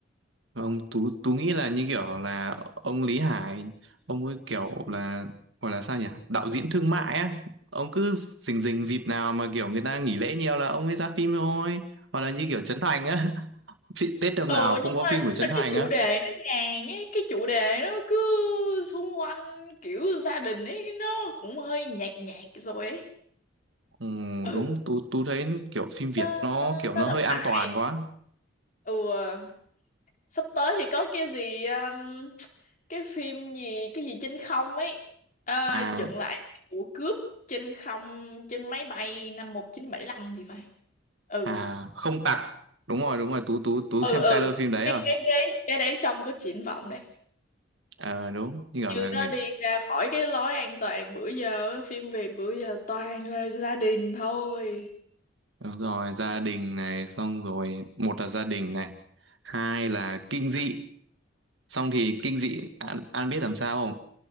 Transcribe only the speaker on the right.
Không, Tú, Tú nghĩ là như kiểu là ông Lý Hải, ông ấy kiểu là gọi là sao nhỉ? Đạo diễn thương mại á. Ông cứ rình rình dịp nào mà kiểu người ta nghỉ lễ nhiều là ông ấy ra phim thôi. Hoặc là như kiểu Trấn Thành á. <laughs> Phim- Tết năm
nào cũng
có
phim của
Trấn
Thành
á.
Ừ,
đúng, Tú, Tú thấy kiểu phim Việt
nó
kiểu
nó
hơi an
toàn quá.
À,
à, không tặc. Đúng rồi, đúng rồi, Tú, Tú, Tú
xem
trailer phim đấy
rồi.
À, đúng, như kiểu là
người
Đúng rồi, gia đình này, xong rồi một là gia đình này, hai là kinh dị, xong thì kinh dị An, An biết làm sao không?